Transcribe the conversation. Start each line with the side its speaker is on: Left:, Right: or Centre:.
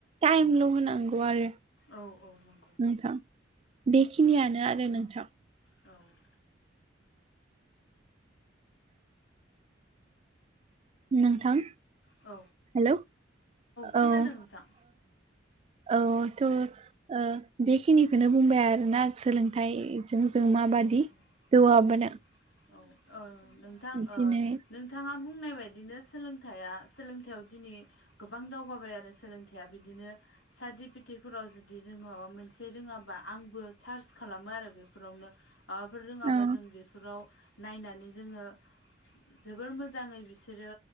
Right: टाइमल' होनांगौ आरो।
Left: औ औ नं
Right: नोंथां बेखिनियानो आरो नोंथां।
Left: औ
Right: नोंथां
Left: औ
Right: हेलौ
Left: खोनादों
Right: औ ओं।
Left: नोंथां
Right: औ थ' ओ बेखिनिखौनो बुंबाय आरोना सोलोंथाइ जों जों माबादि
Left: औ
Right: जौगाबोनो
Left: औ औ औ ओ नोंथां ओ
Right: दिनै
Left: नोंथाङा बुंनाय बायदिनो सोलोंथाइया सोलोंथाइयाव दिनै गोबां दावगाबाय आरो सोलोंथाइया बिदिनो <unintelligible> जुदि जों माबा मोनसे रोंङाबा आंबो सार्च खालामो आरो बेफोरावनो। माबाफोर रोंङाबा
Right: औ
Left: जों बेफोराव नायनानै जोंङो जोबो मोजांङै बिसोरो